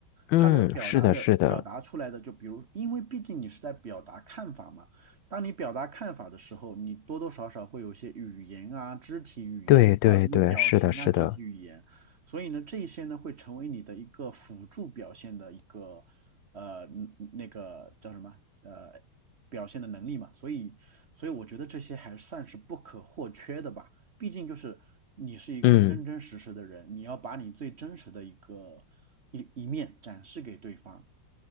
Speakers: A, on the left; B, on the right.
A: 嗯，
B: 它能表达的表达出来的，
A: 是的，是的，
B: 就比如，因为毕竟你是在表达看法嘛，当你表达看法的时候，你多多少少会有些语言啊、肢体语言啊、
A: 对对对，
B: 那表情啊、
A: 是的，是的，
B: 肢体语言，所以呢，这一些呢会成为你的一个辅助表现的一个。呃嗯那个叫什么呃表现的能力嘛，所以所以我觉得这些还算是不可或缺的吧，毕竟就是你是一个真真实实的人，
A: 嗯。
B: 你要把你最真实的一个一一面展示给对方。